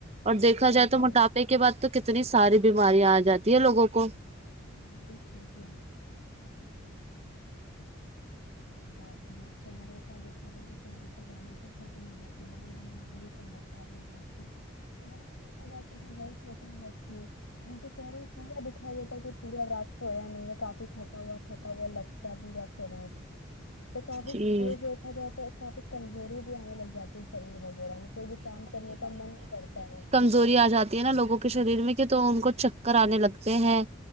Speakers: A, on the right (about 30°); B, on the left (about 80°).
A: اور دیکھا
B: بالکل
A: جائے تو موٹاپے کے بعد تو کتنی ساری بیماریاں آجاتی ہے لوگوں کو
B: <inaudible> لگ جاتی ہے چہرے کا دیکا جائے تو چہرے پر رونا کے <inaudible> ختم ہو جاتی بال جلنے پوری سمسیا ہو جاتی <inaudible> دیکھا جاتا کہ نہیں سوتے ان کے چہرے پیا دکھا <inaudible> ئی دیتا ہے کہ پورا رات سویا نہیں کافی تھکاوا تھکوا لگتا پورا شریر تو کافی
A: جی
B: یہ دیکھا جاتا ہے کافی کمزوری بھی آنے لگ جاتی ہے شریر وغیرہ میں کوئی بھی کام کرنے کا من ہی کرتا ہے
A: زوری آ جاتی ہے نا لوگوں کے شریر میں کہ تو ان کو چکر آنے لگتے ہیں